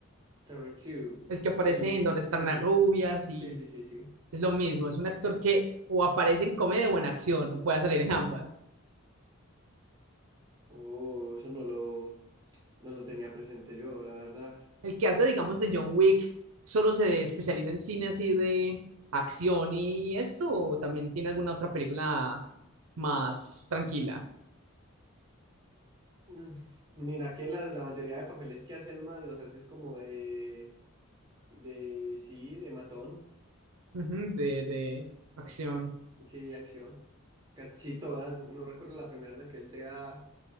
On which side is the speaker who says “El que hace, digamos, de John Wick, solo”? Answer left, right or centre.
Right